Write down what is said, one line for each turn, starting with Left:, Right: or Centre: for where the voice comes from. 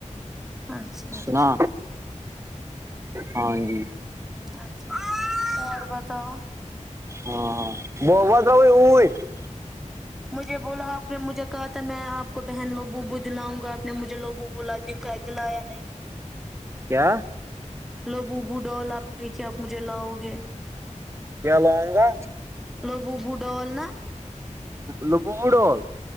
Centre: اچھا اچھا
Right: سنا ہاں جی
Centre: اچھا اور بتاؤ
Right: ہاں ببات بھی ائی <inaudible>
Centre: مجھے بولو آپ نے مجھے کہا تھا میں آپ کو بہن لبوبو دلاؤں گا آپ نے مجھے لبوبو لا دلایا نہیں
Right: کیا
Centre: لبوبو ڈال آپ گئی تھی آپ مجھے لاؤ گے
Right: کیا لاؤں گا
Centre: لبوبو ڈال نا
Right: لبوبو ڈال